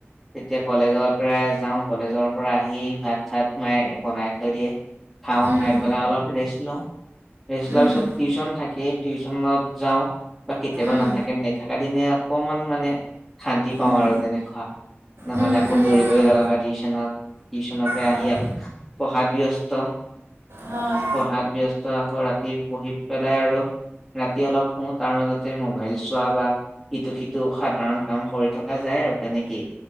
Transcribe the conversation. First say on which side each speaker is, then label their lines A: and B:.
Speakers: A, in the centre; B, on the right.
A: তেতিয়া কলেজৰ পৰা যাওঁ। কলেজৰ পৰা আহি ভাত চাত মায়ে বনাই থৈ দিয়ে। খাওঁ
B: উম
A: খাই পেলাই অলপ ৰেষ্ট লওঁ ৰেষ্ট
B: উম
A: লোৱাৰ পিছত টিউশচন থাকেই টিউশচনত যাওঁ বা কেতিয়াবা
B: উম
A: নাথাকে নাথাকা দিনেত অকমান মানে শান্তি পাওঁ
B: উম
A: আৰু তেনেকুৱা। নহ'লে
B: উম
A: আকৌ
B: উম
A: দৌৰিবই
B: উম
A: লগা হয় টিউচনত টিউচনত।
B: হয়
A: আহি আকৌ পঢ়াত ব্যস্ত
B: হয়
A: পঢ়াত ব্য আকৌ ৰাতি পঢ়ি পেলাই আৰু ৰাতি অলপ হু তাৰ মাজতে মোবাইল চোৱা বা ইটো সিটো সাধাৰণ কাম কৰি থকা যায় আৰু তেনেকেই।